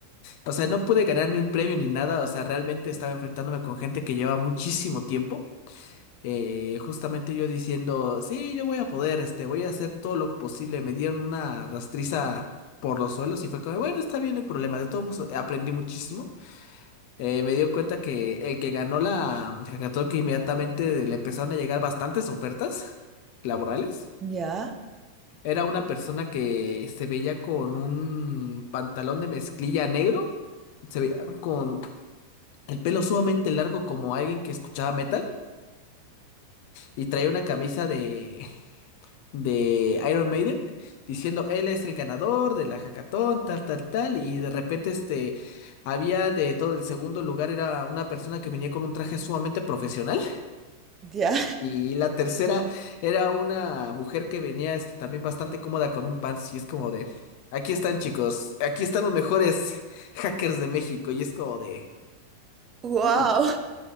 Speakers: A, on the left; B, on the right.
A: o sea, no pude ganar ni un premio ni nada, o sea, realmente estaba enfrentándome con gente que lleva muchísimo tiempo. eh, justamente yo diciendo, sí, yo voy a poder, este, voy a hacer todo lo posible. Me dieron una rastriza por los suelos y fue como, bueno, está bien el problema. De todos modos, eh, aprendí muchísimo. Eh, me dio cuenta que el que ganó la mm, hackathon, que inmediatamente le empezaron a llegar bastantes ofertas <laughs> laborales.
B: Ya,
A: Era una persona que se veía con un pantalón de mezclilla negro, se veía con el pelo sumamente largo como alguien que escuchaba metal y traía una camisa de de Iron Maiden diciendo él es el ganador de la hackathon, tal, tal, tal, y de repente este había de todo el segundo lugar era una persona que venía con un traje sumamente profesional
B: ya.
A: y la tercera era una mujer que venía este también bastante cómoda con un pants y es como de aquí están chicos, aquí están los mejores hackers de México y es como de
B: Wow,
A: mm,